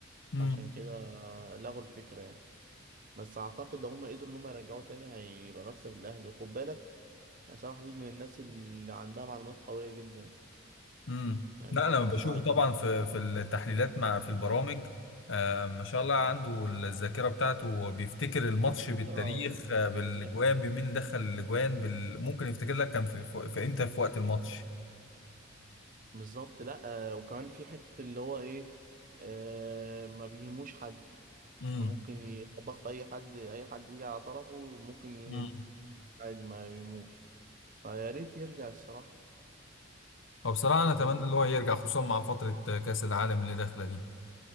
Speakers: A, on the left; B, on the right.
A: امم
B: عشان كده لغوا الفكره يعني بس اعتقد لو هم قدروا ان هم يرجعوه تاني هيبقى مكسب الاهلي وخد بالك يعني سامح حفيظ من الناس اللي عندها معلومات قويه جدا
A: امم
B: يعني
A: لا
B: كان
A: انا بشوفه
B: على الصعيد
A: طبعا في في التحليلات مع في البرامج آه ما شاء الله عنده الذاكره بتاعته هو بيفتكر الماتش بالتاريخ
B: ذاكره
A: آه بالاجوان
B: فظيعه
A: بمين دخل الاجوان بال... ممكن يفتكر لك كان في, في, في امتى في وقت الماتش
B: بالظبط لا آه، وكمان في حتة اللي هو ايه آه ما بيهموش حد
A: امم
B: يعني ممكن يخبط في اي حد اي حد يجي على طرفه ممكن يهده
A: امم
B: عادي ما يهموش فيا ريت يرجع الصراحة
A: وبصراحه انا اتمنى
B: بإذن
A: ان هو
B: الله
A: يرجع خصوصا مع فتره آه، كاس العالم اللي داخله دي